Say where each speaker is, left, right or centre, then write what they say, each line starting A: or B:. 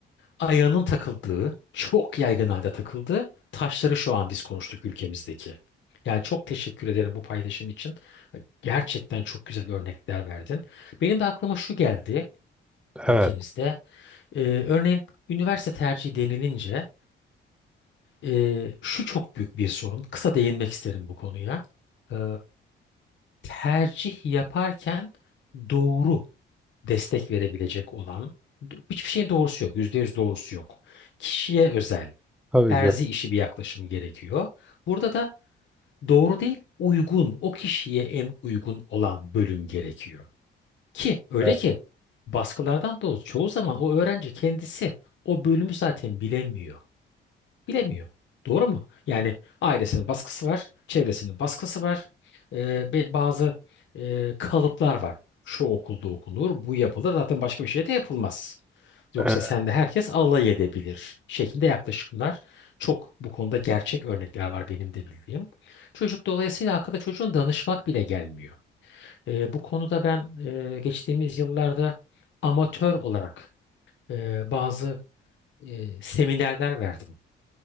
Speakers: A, on the left (about 70°); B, in the centre.
A: ayağının takıldığı, çok yaygın halde takıldığı taşları şu an biz konuştuk ülkemizdeki. Yani çok teşekkür ederim bu paylaşım için. Gerçekten çok güzel örnekler verdin. Benim de aklıma şu geldi ülkemizde
B: evet.
A: ee, örneğin üniversite tercihi denilince ee, şu çok büyük bir sorun. Kısa değinmek isterim bu konuya. Ee, tercih yaparken doğru destek verebilecek olan do- hiçbir şeyin doğrusu yok. yüzde yüz doğrusu yok. Kişiye özel
B: Tabii
A: terzi
B: ki.
A: işi bir yaklaşım gerekiyor. Burada da doğru değil, uygun, o kişiye en uygun olan bölüm gerekiyor. Ki öyle
B: Evet.
A: ki baskılardan dolayı çoğu zaman o öğrenci kendisi o bölümü zaten bilemiyor. bilemiyor. Doğru mu? Yani ailesinin baskısı var, çevresinin baskısı var, e, be- bazı e, kalıplar var. Şu okulda okunur, bu yapılır. Zaten başka bir şey de yapılmaz. Yoksa
B: Evet.
A: sen de herkes alay edebilir şeklinde yaklaşımlar. Çok bu konuda gerçek örnekler var benim de bildiğim. Çocuk dolayısıyla akılda çocuğun danışmak bile gelmiyor. E, bu konuda ben e, geçtiğimiz yıllarda amatör olarak e, bazı e, seminerler verdim